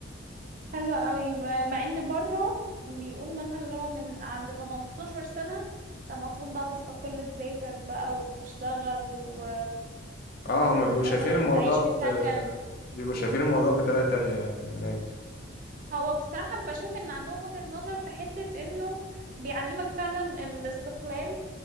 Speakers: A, on the right; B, on the left.
A: حلو قوي ب- مع ان بره بيقولوا مثلا اللي هو من عند 18 سنة انت المفروض بقى تستقل بذاتك بقى وتشتغل و...
B: اه هما بيبقوا
A: ومثلا
B: شايفين الموضوع
A: تعيش
B: ب...
A: في سكن
B: بيبقوا شايفين الموضوع بطريقة تانية يعني هناك
A: هو بصراحة بشوف ان عندهم وجهة نظر في حتة انه بيعلمك فعلا الاستقلال